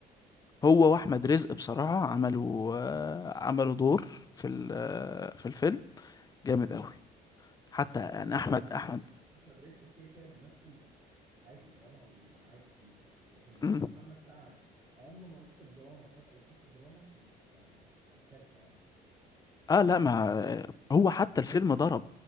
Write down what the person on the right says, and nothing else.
بص
هو احمد
رزق احمد رزق كده كده بيمثل عادي دراما وبيبقى عادي فيه لكن
محمد سعد عمره ما مثل دراما فجأة يخش دراما كانت آه، مختلفة يعني